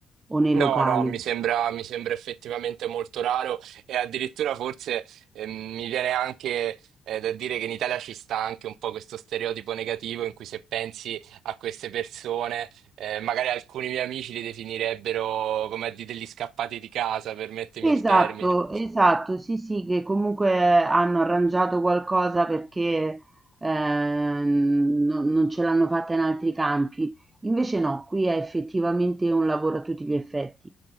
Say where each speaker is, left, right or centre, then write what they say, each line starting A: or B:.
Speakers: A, on the right (about 25°); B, on the right (about 80°).
A: o nei
B: No,
A: locali.
B: no, mi sembra, mi sembra effettivamente molto raro e addirittura forse eh, mi viene anche eh, da dire che in Italia ci sta anche un po' questo stereotipo negativo in cui se pensi a queste persone, eh, magari alcuni miei amici li definirebbero come a dire, degli scappati di casa, permettimi
A: Esatto,
B: il termine.
A: esatto, sì, sì, che comunque hanno arrangiato qualcosa perché eh, no- non ce l'hanno fatta in altri campi. Invece no, qui è effettivamente un lavoro a tutti gli effetti.